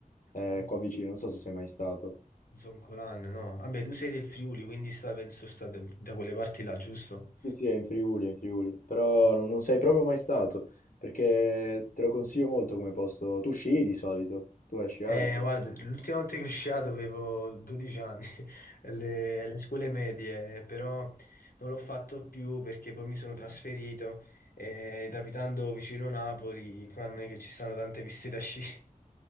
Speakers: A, on the left (about 65°); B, on the left (about 80°).
A: eh,
B: Ah,
A: qua vicino, non so se sei mai stato.
B: Zoncolan, no? Vabbè, tu sei del Friuli, quindi sta, penso sta da da quelle parti là, giusto?
A: Sì, sì, è in Friuli, è in Friuli, però non, non sei proprio mai stato, perché te lo consiglio molto come posto. Tu sci di solito, tu vai a sciare?
B: Eh, guarda, l'ultima volta che sono sciato avevo 12 anni, <laughs> alle, alle scuole medie, però non l'ho fatto più perché poi mi sono trasferito eh, ed abitando vicino Napoli, qua non è che ci stanno tante piste da sci. <laughs>